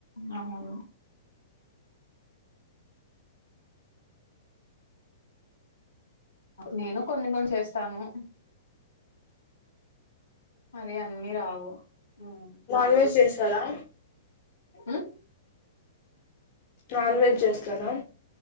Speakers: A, on the left; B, on the left.
A: అవును నేనూ కొన్ని కొన్ని చేస్తాను మరి అన్నీ రావు ఉమ్
B: నాన్ వెజ్ చేస్తారా
A: మ్మ్
B: నాన్ వెజ్ చేస్తారా